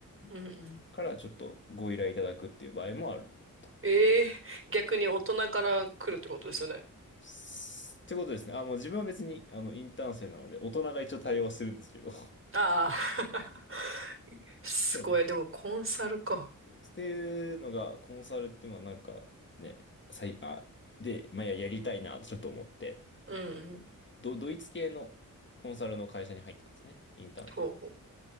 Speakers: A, on the right; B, on the left.
A: うんうん
B: からちょっとご依頼いただくっていう場合もあると。
A: ええ逆に大人から来るってことですよね。
B: すってことですね。あ、もう自分は別に、あの、インターン生なので、大人が一応対応はするんですけど。
A: ああ、<laughs> すごい。
B: <laughs>
A: でもコンサルか。
B: っていうのが、コンサルっていうのはなんかね、さい、あ、で、まあ、や、やりたいなってちょっと思って、
A: うんうん。
B: ド、ドイツ系のコンサルの会社に入ったんですね、インターンで。
A: ほうほう。